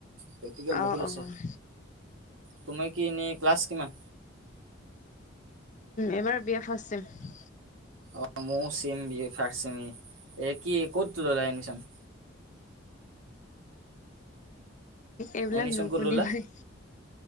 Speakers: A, on the right (about 85°); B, on the left (about 40°).
A: প্ৰেক্টিকেল
B: অ',
A: বহুত
B: অ',
A: আছে তুমি কি এনেই ক্লাছ কিমান।
B: এবাৰ বি এ ফাৰ্ষ্ট চেম।
A: অ' মইও চেম বি ফাৰ্ষ্ট চেমে এ কি ক'ত ল'লা এডমিশ্যন।
B: এইবিলাক
A: এডমিশ্যন
B: নুশুধিবাই।
A: ক'ত ল'লা?